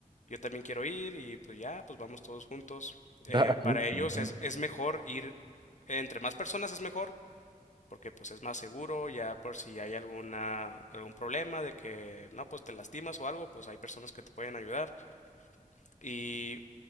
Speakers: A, on the left; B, on the right.
A: yo también quiero ir y pues ya, pues vamos todos juntos. Eh,
B: <laughs> Está
A: para
B: interesante.
A: ellos es, es mejor ir, entre más personas es mejor, porque pues es más seguro, ya por si hay alguna, algún problema de que no, pues te lastimas o algo, pues hay personas que te pueden ayudar. Y